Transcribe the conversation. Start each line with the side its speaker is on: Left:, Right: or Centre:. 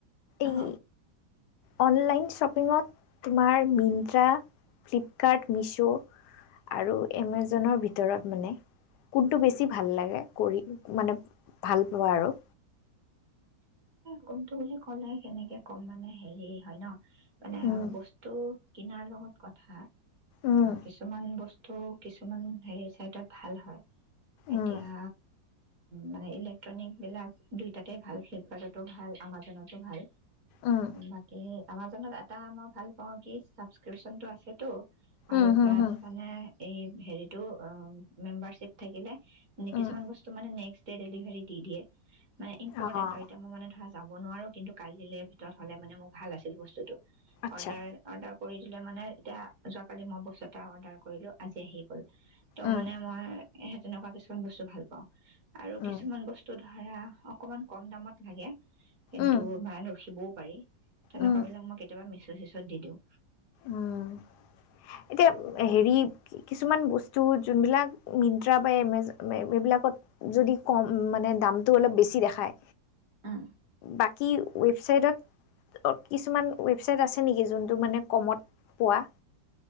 Right: অ
Left: এই অনলাইন শ্বপিঙত তোমাৰ মিনট্ৰা, ফ্লিপকাৰ্ট, মিছ' আৰু এমেজন, জনৰ ভিতৰত মানে, কোনটো বছি ভাল লাগে, কৰি মানে ভাল পোৱা আৰু
Right: কোনটো বুলি ক'লে কেনেকে কম মানে হেৰি হয় ন মানে
Left: উম
Right: বস্তু কিনাৰ লগত কথা
Left: উম
Right: কিছুমান বস্তু কিছুমান হেৰি চাইটত ভাল হয় এতিয়া
Left: উম
Right: মানে ইলেক্ট্ৰনিক বিলাক দুইটাতে ভাল ফ্লিপকাৰ্টতো ভাল আমাজনতো ভাল
Left: উম
Right: বাকী আমাজনত এটা মই ভাল পাওঁ কি ছাবস্ক্ৰিপচনটো আছেতো, আৰু
Left: উম হুম
Right: প্লাছ
Left: হুম
Right: মানে, এই হেৰিটো আম, মেমবাৰশ্বীপ থাকিলে নে
Left: উম
Right: কিছুমান বস্তু মানে নেক্সট দে ডেলিভাৰী দি দিয়ে। মানে ইম্পৰ্টেণ্ট
Left: অঁ
Right: আৰু এতিয়া, মোৰ মানে ধৰা যাব নোৱাৰোঁ, কিন্তু কালিলৈ ভিতৰত হ'লে মানে মোক ভাল আছিল বস্তুটো।
Left: আচ্ছা
Right: অৰ্ডাৰ, অৰ্ডাৰ কৰি দিলে মানে এতিয়া যোৱাকালি মই বস্তু এটা অৰ্ডাৰ কৰিলোঁ, আজি আহি গ'ল। ত'
Left: উম
Right: মানে মই এ সেই তেনেকুৱা কিছুমান বস্তু ভাল পাওঁ আৰু
Left: উম
Right: কিছুমান বস্তু ধৰা অকমান কম দামত লাগে, কিন্তু
Left: উম
Right: মান ৰখিবও পাৰি, তেনেকুৱা
Left: উম
Right: বিলাক মই কেতিয়াবা মিছ' চিচ'ত দি দিওঁ।
Left: উম এতিয়া হেৰি, কিছুমান বস্ত টো যোনবিলাক মিন্ত্ৰা বা এমেজ, এইবিলাকত যদি কম, মানে দামটো অলপ বেছি দেখায়।
Right: উম,
Left: বাকী ৱেবছাইটত, কিছুমান ৱেবছাইট আছে নেকি? যোনটো মানে কমত পোৱা।